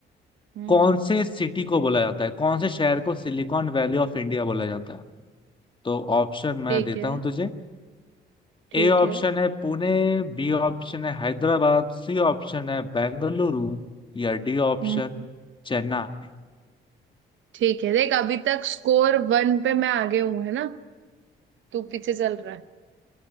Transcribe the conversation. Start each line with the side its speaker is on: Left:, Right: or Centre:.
Right: हम्म
Left: कौन से सिटी को बोला जाता है कौन से शहर को सिलिकॉन वैली ऑफ इंडिया बोला जाता है तो ऑप्शन मैं
Right: ठीक
Left: देता
Right: है
Left: हूँ तुझे
Right: ठीक
Left: ए ऑप्शन
Right: है
Left: है पुणे बी ऑप्शन है हैदराबाद सी ऑप्शन है बेंगलुरु या डी ऑप्शन
Right: हम्म
Left: चेन्नई
Right: ठीक है देख अभी तक स्कोर वन पे मैं आगे हूं है ना तू पीछे चल रहा है